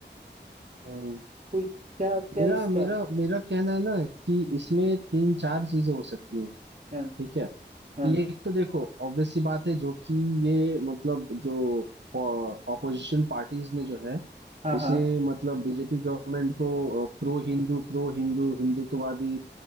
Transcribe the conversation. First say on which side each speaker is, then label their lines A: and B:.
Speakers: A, on the right (about 70°); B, on the right (about 45°).
A: हम्म
B: तो क्या क्या
A: मेरा
B: इसका
A: मेरा मेरा कहना है ना कि
B: हम्म,
A: इसमें तीन चार चीजें हो सकती हैं
B: हाँ
A: ठीक है
B: हाँ
A: कि एक तो देखो ऑब्वियस सी बात है जो कि ये मतलब जो ऑपोजिशन पार्टीज ने जो है
B: हाँ
A: इसे
B: हाँ
A: मतलब बीजेपी गवर्नमेंट को प्रो हिंदू प्रो हिंदू हिंदुत्ववादी